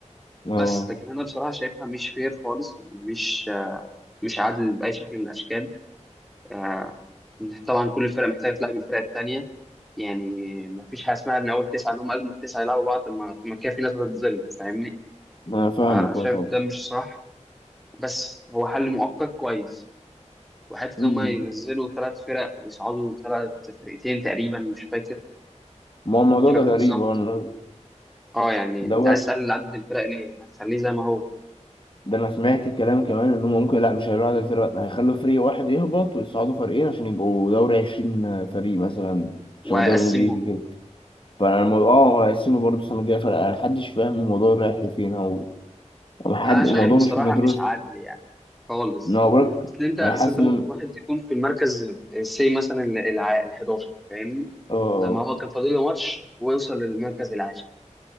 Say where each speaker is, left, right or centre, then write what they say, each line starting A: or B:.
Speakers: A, on the left; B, in the centre.
A: اه
B: بس لكن انا بصراحه شايفها مش فير خالص يعني مش مش عادل باي شكل من الاشكال آه، طبعا كل فرقه محتاجه تلعب الفرقه الثانيه يعني ما فيش حاجه اسمها ان اول تسعه ان هم اجمد تسعه يلعبوا بعض طب ما طب ما كده في ناس هتتظلم فاهمني
A: انا فاهمك
B: فشايف
A: اه طبعا
B: ده مش صح بس هو حل مؤقت كويس وحتى
A: مم.
B: ان هم ينزلوا ثلاث فرق ويصعدوا ثلاث فرقتين تقريبا مش فاكر
A: ما هو الموضوع
B: مش فاكر
A: ده غريب
B: بالظبط
A: اه إن
B: اه يعني
A: دورك
B: انت عايز تقلل عدد الفرق ليه ما تخليه زي ما هو
A: ده انا سمعت كلام كمان ان هم ممكن لا مش هيعملوا عدد الفرق لا، هيخلوا فريق واحد يهبط ويصعدوا فريقين عشان يبقوا دوري 20 فريق مثلا شبه
B: ويقسموه
A: الدوري الانجليزي كده فانا الموضوع اه هيقسموا برضه السنه الجايه فرق انا محدش فاهم الموضوع رايح لفين او أو حد
B: انا شايف
A: الموضوع
B: بصراحه
A: مش مدروس
B: مش عادل يعني خالص
A: ان هو بقولك
B: اصل انت اصل
A: انا حاسس
B: انت
A: ان
B: ممكن واحد يكون في المركز سي مثلا ال الع- ال 11 فاهمني
A: اه
B: طب ما هو كان فاضل له ماتش ويوصل للمركز العاشر